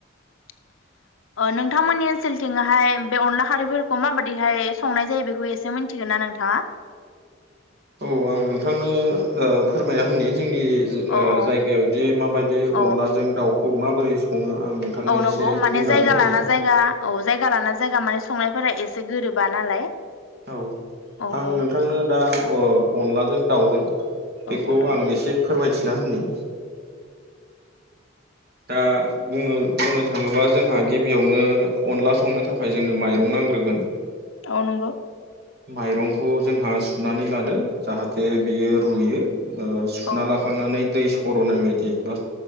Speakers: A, on the left; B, on the right.
A: <inaudible> नोंथांमोननि ओनसोलथिंहाय बे अनला खारैफोरखौ माबाददिहाय संनाय जायो बेखौ एसे मिनथि गौना नोंथाङा?
B: औ आं नोंथांनो ओ फोरमायना होननि जोंनि
A: औ औ
B: जायगायावदि माबायदि
A: औ
B: अनलाजों दाउखौ माबोरै सङो आं नोंथांनो
A: औ नंगौ
B: एसे
A: माने
B: बुंनानै
A: जायगा
B: होनि
A: लाना जायगा औ जायगा लाना जायगा माने संनायफोरा एसे गोरोबा नालाय।
B: औ
A: औ
B: आं
A: औ
B: नोंथांनो दा ओ अनलाजों दाउजों
A: औ
B: बेखौ
A: औ नोंथां
B: आं एसे फोरमायथिना होनि
A: <inaudible>
B: दा बुङो बुंनो थाङोबा जोंहा गिबियावनो अनला संनो थाखाय जोंनो माइरं नां ग्रोगोन
A: औ नंगौ।
B: माइरंखौ जोंहा सुनानै लादो जाहाथे बियो रुयो। सुना
A: औ
B: लाखांनानै दै सर'नाय बायदि बा